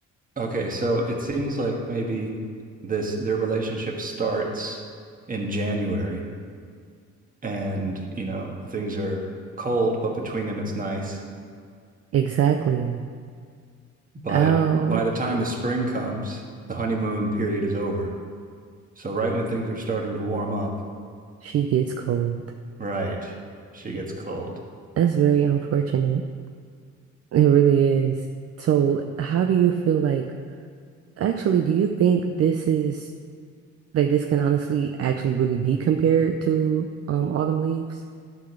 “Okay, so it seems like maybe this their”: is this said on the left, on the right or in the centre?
Right